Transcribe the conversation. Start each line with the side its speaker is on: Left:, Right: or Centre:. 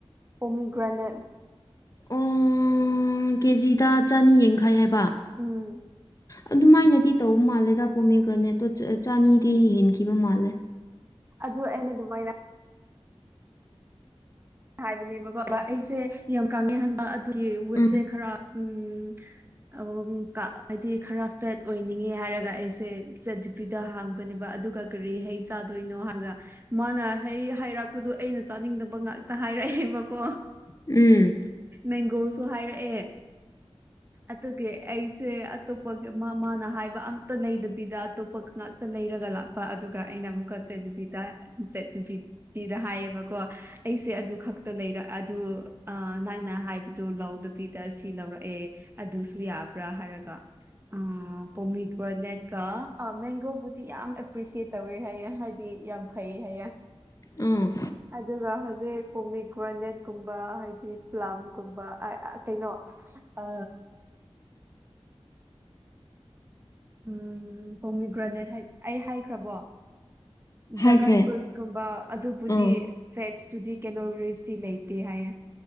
Right: ꯄꯣꯝꯃꯤꯒ꯭ꯔꯦꯅꯦꯠ
Left: ꯑꯣ ꯀꯦꯖꯤꯗ ꯆꯅꯤ ꯌꯥꯡꯈꯩ ꯍꯥꯏꯕ
Right: ꯎꯝ
Left: ꯑꯗꯨꯃꯥꯏꯅꯗꯤ ꯇꯧꯕ ꯃꯥꯜꯂꯦꯗ ꯄꯣꯝꯃꯦꯈ꯭ꯔꯅꯦꯠꯇꯨ ꯆꯥꯅꯤꯗꯤ ꯍꯦꯟꯈꯤꯕ ꯃꯥꯜꯂꯦ
Right: ꯑꯗꯨ ꯑꯩꯅ ꯑꯗꯨꯃꯥꯏꯅ ꯍꯥꯏꯕꯅꯦꯕꯀꯣꯕ ꯑꯩꯁꯦ ꯌꯥꯝ ꯀꯥꯡꯉꯍꯟꯕ ꯑꯗꯨꯒꯤ ꯋꯨꯠꯁꯦ
Left: ꯎꯝ
Right: ꯈꯔ ꯎꯝ ꯑ ꯍꯥꯏꯗꯤ ꯈꯔ ꯐꯦꯠ ꯑꯣꯏꯅꯤꯡꯉꯦ ꯍꯥꯏꯔꯒ ꯑꯩꯁꯦ ꯆꯠ ꯖꯤ ꯄꯤꯗ ꯍꯥꯡꯕꯅꯦꯕ ꯑꯗꯨꯒ ꯀꯔꯤ ꯍꯩ ꯆꯥꯗꯣꯏꯅꯣ ꯍꯥꯏꯕꯒ ꯃꯥꯅ ꯍꯩ ꯍꯥꯏꯔꯛꯄꯗꯨꯣ ꯑꯩꯅ ꯆꯥꯅꯤꯡꯗꯕ ꯉꯥꯛꯇ ꯍꯥꯏꯔꯛꯑꯦꯕꯀꯣ
Left: ꯎꯝ
Right: ꯃꯦꯡꯒꯣꯁꯨ ꯍꯥꯏꯔꯛꯑꯦ ꯑꯗꯨꯒꯤ ꯑꯩꯁꯦ ꯑꯇꯣꯞꯄꯒꯤ ꯃꯥꯅ ꯍꯥꯏꯕ ꯑꯝꯇ ꯂꯩꯗꯕꯤꯗ ꯑꯇꯣꯞꯄ ꯉꯛꯇ ꯂꯩꯔꯒ ꯂꯥꯛꯄ ꯑꯗꯨꯒ ꯑꯩꯅ ꯑꯃꯨꯛꯀ ꯆꯦꯠ ꯖꯤꯕꯤꯗ ꯆꯦꯠ ꯖꯤꯄꯤꯇꯤꯗ ꯍꯥꯏꯌꯦꯕꯀꯣ ꯑꯩꯁꯦ ꯑꯗꯨ ꯈꯛꯇ ꯂꯩꯔ ꯑꯗꯨ ꯑꯥ ꯅꯪꯅ ꯍꯥꯏꯕꯗꯨ ꯂꯧꯥꯎꯗꯕꯤꯗ ꯁꯤ ꯂꯧꯔꯛꯑꯦ ꯑꯗꯨꯁꯨ ꯌꯥꯕ꯭ꯔꯥ ꯍꯥꯏꯔꯒ ꯑ ꯄꯣꯃꯤ ꯒ꯭ꯔꯣꯅꯦꯠꯀ ꯑ ꯃꯦꯡꯒꯣꯕꯨꯗꯤ ꯌꯥꯝ ꯑꯦꯄ꯭ꯔꯤꯁꯤꯌꯦꯠ ꯇꯧꯋꯦ ꯍꯥꯏꯌꯦ ꯍꯥꯏꯗꯤ ꯌꯥꯝ ꯐꯩ ꯍꯌꯦ
Left: ꯑꯥ
Right: ꯑꯗꯨꯒ ꯍꯧ ꯁꯦ ꯄꯣꯃꯤ ꯒ꯭ꯔꯅꯦꯠꯀꯨꯝꯕ ꯍꯥꯏꯗꯤ ꯄ꯭ꯂꯂꯝꯒꯨꯝꯕ ꯀꯩꯅꯣ ꯑ ꯎꯝ ꯍꯃꯤꯒ꯭ꯔꯅꯦꯠ ꯍꯥꯏ ꯑꯩ ꯍꯥꯏꯈ꯭ꯔꯕꯣ
Left: ꯍꯥꯏꯈ꯭ꯔꯦ
Right: ꯗ꯭ꯔꯥꯒꯟ ꯐ꯭ꯔꯨꯏꯠꯁꯀꯨꯝꯕ ꯑꯗꯨꯕꯨꯗꯤ
Left: ꯑꯥ
Right: ꯚꯦꯖ :ꯇꯨꯗꯤ ꯀꯦꯂꯣꯕꯦꯔꯤꯁꯇꯤ ꯂꯩꯇꯦ ꯍꯥꯏꯌꯦ